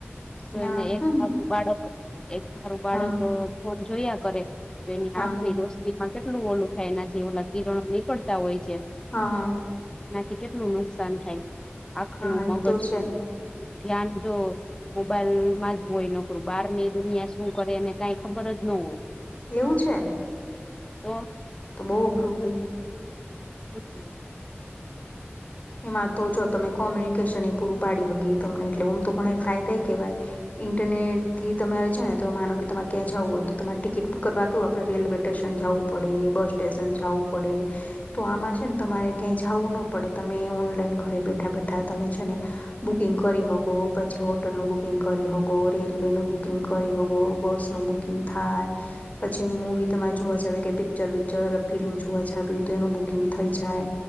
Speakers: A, on the left (about 20°); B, on the left (about 35°).
A: તો
B: એના
A: એને એક
B: હમ
A: બાળક એક ધારુ બાળક
B: હા
A: ફોન જોયા કરે તો એની
B: હા
A: આંખની રો કેટલું ઓલુ થાય એના જેવ કિરણો નીકળતા હોય છે.
B: હા હા
A: એનાથી કેટલું નુકસાન થાય આખ
B: હા
A: નું
B: હા એ
A: મગજ
B: તો છે
A: ધ્યાન જો મોબાઈલ માં જ હોય નોકરુ, બહાર ની દુનિયા શું કરેને કઈ ખબર જ ન હોય.
B: એવું છે.
A: તો
B: તોમક્રપય
A: હમ્મ
B: એમાં તો જો તમે કોમ્યુનિકેશન એ પૂરુ પાડી્યુ હ ગી તમને એટલે હમ તો ઘણા ફાયદા એ કહેવાય ઇન્ટરનેટ થી તમારે છે ને તો માનો કે તમારે ક્યાં જવું હોય, તો તમારે ટિકિટ બુક કરવા કેવું આપણે રેલવે સ્ટેશન જવું પડે બસ સ્ટેશન જવું પડે તો આમાં છેન, તમારે ક્યા જવુ ન પડે તમે ઓનલાઈન ઘરે બેઠા બેઠા તમે છેને બુકિંગ કરી હોગો પછી હોટલનુ બુકિંગ કરી હોગો રેલવે નું બુકિંગ કરી હોગો બસનુ બુક કકિંગ થાય. પછી મવી તમારે જોવા જાવ કે પિક્ચર બિક્ચર ફિલ્મ જોવા જાવી તો એનું બુકિંગ થઈ જાય.